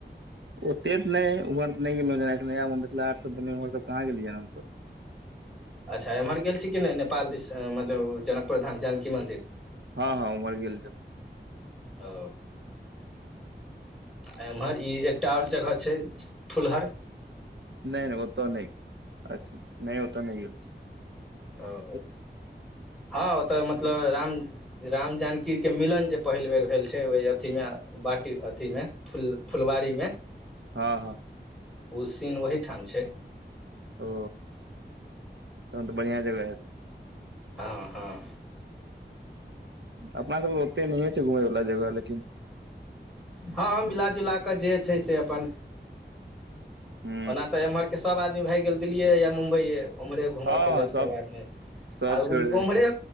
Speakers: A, on the right; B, in the centre.
A: ओते त नहि ऊर तऽ नहि गेलहुँ जेना एख मिथिला हर्टसभ बनऊर सभ कहाँ गेलियै हमसभ
B: अच्छा एम्हर गेल छी कि नहि नेपाल दि मतलब जनकपुर धाम जानकि मन्दिर
A: ह ह उमरि गेल छल
B: ओ। एम्हर ई एकटा ओर जगह छै थुलहर
A: नहि नहि ओतऽ नहि अच्छा नहि ओत नहि गेलल छै
B: ओ।
A: <inaudible>
B: ह ओतऽ मतलब राम राम जानकि के मिलन जे पहिल बेर भेल छै ओहि अथीमे बाटी अथी मे फूल फुलवारी मे
A: ह ह
B: ओ सीन ओहठा मे छै
A: ओ तहन तऽ बढ़िआ जगह हेतै
B: ह ह
A: अपना सभके त ओते नहि छै घुमय वला जगहेक
B: हँ मिलाजुला कऽ जे छै से अपन
A: हूँ
B: ओना तऽ एम्हर के सभ आदमी भए गेल दिल्लिए या मुम्बइए ओम्हरे घूमऽ
A: हँ
B: के लेल
A: हँ सब
B: सभ आदमी
A: सब
B: आ
A: छोड़ि देने
B: ओम्हरे